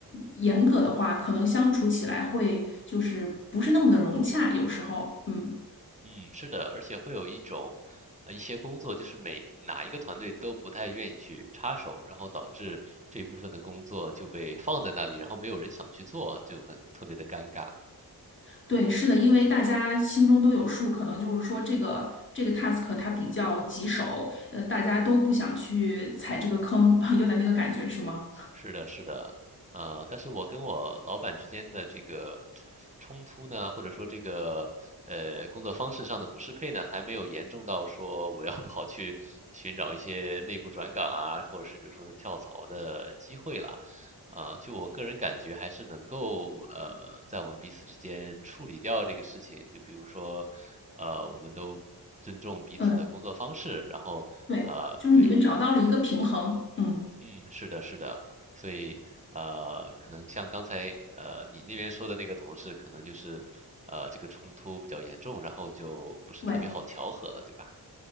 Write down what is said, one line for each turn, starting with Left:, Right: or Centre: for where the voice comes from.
Left: 严格的话，可能相处起来会就是不是那么的融洽。有时候，嗯，
Right: 嗯，是的，而且会有一种，呃，一些工作就是每哪一个团队都不太愿意去插手，然后导致这部分的工作就被放在那里，然后没有人想去做，就很特别的尴尬。
Left: 对，是的，因为大家心中都有数，可能就是说这个这个 task 它比较棘手，呃，大家都不想去踩这个坑，<laughs> 有点那个感觉，是吗？
Right: 是的，是的，呃，但是我跟我老板之间的这个冲突呢，或者说这个呃工作方式上的不适配呢，还没有严重到说我要 <laughs> 跑去寻找一些内部转岗啊，或者甚至说是跳槽的机会了。呃，就我个人感觉，还是能够呃，在我们彼此之间处理掉这个事情。就比如说，呃，我们都尊重彼此的工作方式，
Left: 嗯，
Right: 然后呃，
Left: 对，就是你们找到了一个平衡，
Right: 对，
Left: 嗯，
Right: 嗯，是的，是的，所以呃，可能像刚才呃你那边说的那个同事，可能就是呃这个冲突比较严重，然后就不是特别好调和了，
Left: 对。
Right: 对吧？